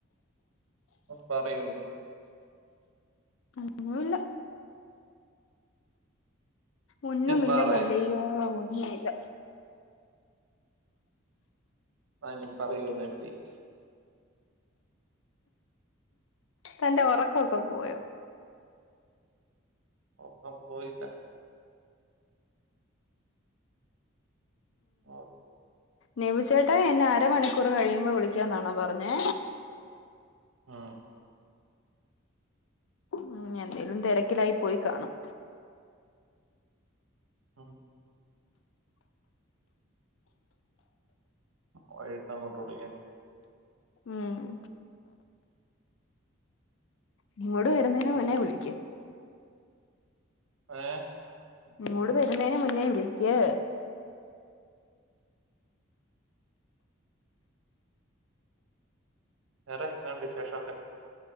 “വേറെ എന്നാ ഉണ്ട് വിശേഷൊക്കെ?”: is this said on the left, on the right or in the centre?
Right